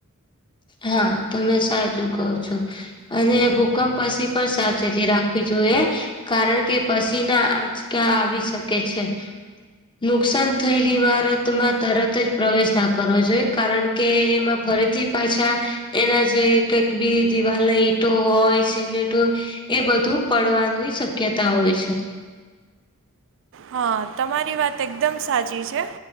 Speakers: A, on the left (about 20°); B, on the right (about 60°).
A: હા તમે સાચું કહો છો. અને ભૂકંપ પછી પણ સાવચેતી રાખવી જોઈએ. કારણ કે પસીના આંચકા આવી શકે છે. નુકસાન થયેલી ઈમારતમાં તરત જ પ્રવેશ ના કરવો જોઈએ. કારણ કે એમાં ફરીથી પાછા એના જે કંઈક બી દિવાલ ના ઈટો હોય, સિમેન્ટ હોય એ બધું પડવાની શક્યતા હોય છે.
B: હા તમારી વાત એકદમ સાચી છે.